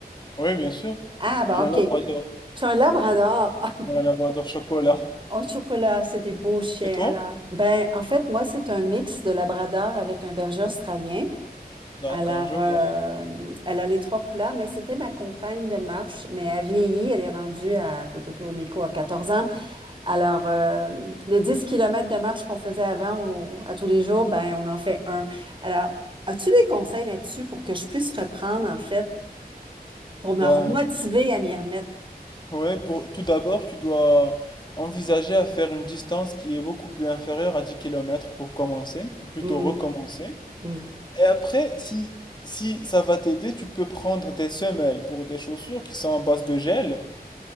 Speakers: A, on the left (about 25°); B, on the right (about 30°).
A: Oui, bien sûr.
B: Ah, ben,
A: J'ai
B: OK.
A: un labrador,
B: Tu as un labrador. <laughs>
A: un labrador chocolat.
B: Au chocolat, c'est des beaux chiens.
A: Et toi?
B: Alors, ben, en fait, moi, c'est un mix de labrador avec un berger australien.
A: D'accord,
B: Alors,
A: je vois.
B: euh, elle a les trois couleurs, mais c'était ma compagne de marche, mais elle vieillit. Elle est rendue à, tout, tout, tout, Miko à 14 ans. Alors, euh, le 10 km de marche qu'on faisait avant au- à tous les jours, ben, on en fait un. Alors, as-tu des conseils là-dessus pour que je puisse reprendre, en fait, pour me
A: Ben,
B: remotiver à m'y remettre?
A: ouais, pour, tout d'abord, tu dois envisager à faire une distance qui est beaucoup plus inférieure à 10 kilomètres pour commencer, ou plutôt
B: Mm,
A: recommencer.
B: mm,
A: Et après, si, si ça va t'aider, tu peux prendre des semelles pour des chaussures qui sont en base de gel.